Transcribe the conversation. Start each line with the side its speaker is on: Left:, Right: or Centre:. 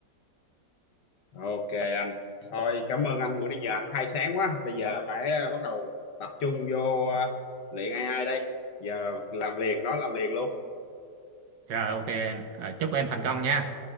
Left: ok anh thôi cảm ơn anh buổi nãy giờ anh khai sáng quá bây giờ phải ờ, bắt đầu tập trung vô ờ, luyện AI đây giờ làm liền nói làm liền luôn
Right: rồi ok em. Ờ, chúc em thành công nha